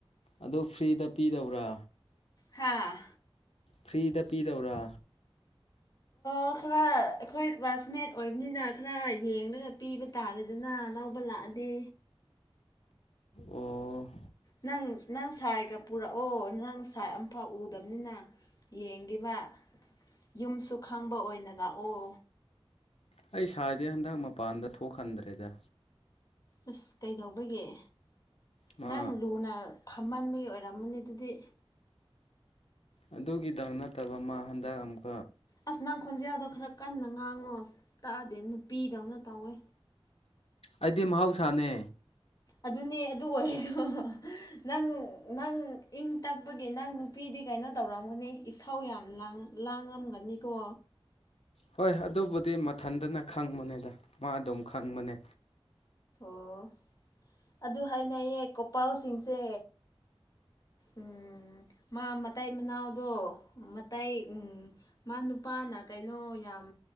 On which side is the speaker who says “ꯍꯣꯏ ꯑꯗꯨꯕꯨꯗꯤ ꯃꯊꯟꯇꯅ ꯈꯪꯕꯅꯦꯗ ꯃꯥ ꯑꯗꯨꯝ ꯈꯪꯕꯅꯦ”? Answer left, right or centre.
Left